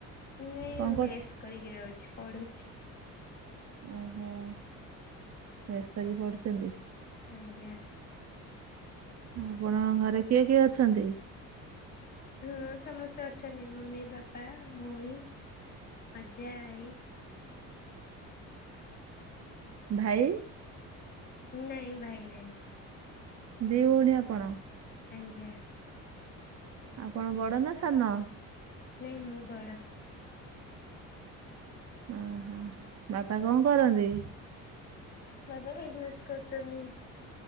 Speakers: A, on the left; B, on the right.
A: ନାଇଁ
B: କଣ କରୁ
A: ମେସ କରିକି ରହୁଛି ପଢୁଛି।
B: ଓହୋ ମେସ୍ କରିକି ପଢୁଛନ୍ତି?
A: ଆଜ୍ଞା।
B: ଆପଣ ଘରେ କିଏ କିଏ ଅଛନ୍ତି?
A: ହଁ ସମସ୍ତେ ଅଛନ୍ତି ମମି ବାପା ଭଉଣୀ ଅଜା ଆଈ
B: ଭାଇ
A: ନାଇଁ ଭାଇ ନାହାଁନ୍ତି।
B: ଦି ଭଉଣୀ ଆପଣ?
A: ଆଜ୍ଞା।
B: ଆପଣ ବଡ ନା ସାନ?
A: ନାଇଁ ମୁଁ ବଡ।
B: ଓହୋ ବାପା କଣ କରନ୍ତି?
A: ବାବା ବିଜନେସ୍ କରୁଛନ୍ତି।